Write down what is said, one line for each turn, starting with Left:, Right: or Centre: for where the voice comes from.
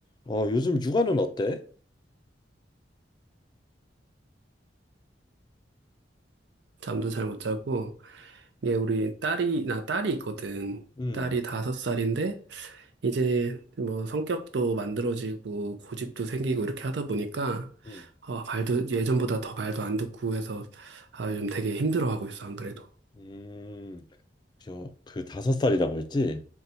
Left: 어, 요즘 육아는 어때?
Right: 잠도 잘 못 자고 이게 우리 딸이 나 딸이 있거든.
Left: 음,
Right: 딸이 다섯 살인데 이제 뭐 성격도 만들어지고 고집도 생기고 이렇게 하다 보니까
Left: 음,
Right: 어, 말도 예전보다 더 말도 안 듣고 해서 아, 요즘 되게 힘들어하고 있어 안 그래도.
Left: 음. 저, 그 다섯 살이라고 했지?